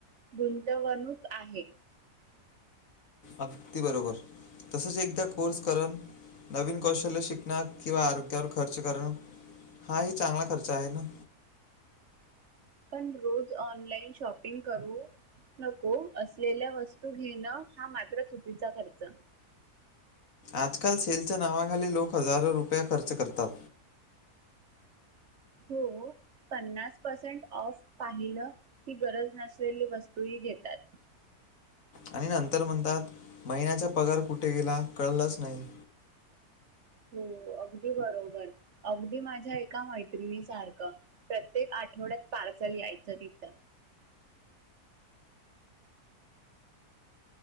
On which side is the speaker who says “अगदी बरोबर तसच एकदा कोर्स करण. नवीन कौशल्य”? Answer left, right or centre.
Left